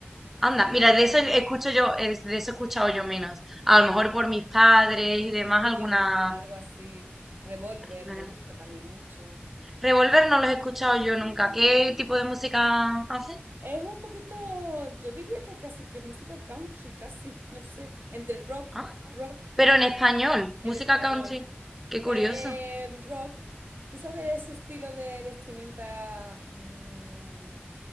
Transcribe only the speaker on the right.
Me
encanta.
Sí,
algo así. Revolver,
me gusta también mucho.
Mm,
Revolver.
Es un poquito, yo diría que casi que música country, casi, <laughs> no sé, entre rock,
rock
en
español.
Eh, rock. ¿Tú sabes ese estilo de vestimenta mm,